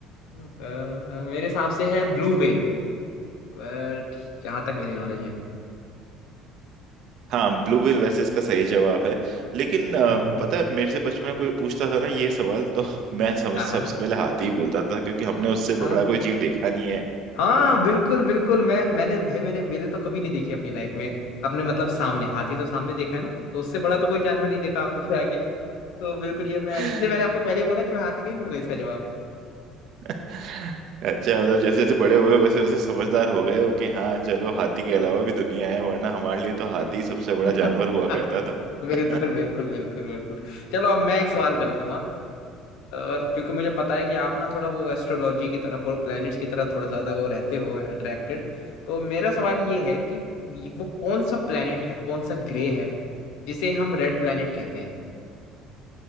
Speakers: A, on the left (about 80°); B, on the right (about 60°).
A: अ, मेरे हिसाब से है ब्लू व्हेल बट यहाँ तक मेरी नॉलेज है
B: हाँ ब्लू व्हेल वैसे इसका सही जवाब है लेकिन अ,
A: हम्म हम्म,
B: पता है मेरे से बचपन में कोई पूछता था ना ये सवाल तो <laughs> मैं समझ
A: हाँ
B: सबसे
A: हाँ
B: पहले हाथी ही बोलता था क्योंकि हमने उससे
A: हाँ
B: बड़ा कोई जीव देखा नहीं है
A: हाँ बिल्कुल बिल्कुल मैं मैंने भाई मैंने व्हेल तो कभी नहीं देखी अपनी लाइफ में अपने मतलब सामने हाथी तो सामने देखा है ना तो उससे बड़ा तो कोई जानवर नहीं देखा आपको फिर आगे तो बिल्कुल ये मैं
B: हाँ
A: इसलिए मैंने आपको पहले ही बोला कि मैं हाथी नहीं दूंगा इसका जवाब
B: <laughs> अच्छा मतलब जैसे जैसे बड़े हुए वैसे वैसे समझदार हो गए हो कि हाँ चलो हाथी के अलावा भी दुनिया है वरना हमारे लिए तो हाथी
A: बिल्कुल
B: सबसे बड़ा जानवर हुआ करता
A: <laughs>
B: था
A: बिल्कुल बिल्कुल
B: <laughs>
A: बिल्कुल बिल्कुल चलो अब मैं एक सवाल करता हूँ हाँ। और क्योंकि मुझे पता है कि आप ना थोड़ा वो एस्ट्रोलॉजी की तरफ और प्लैनेट्स की तरफ थोड़ा ज्यादा वो रहते हो अट्रैक्टेड तो मेरा सवाल ये है कि वो कौन सा प्लैनेट है कौन सा ग्रे है जिसे हम रेड प्लैनेट कहते हैं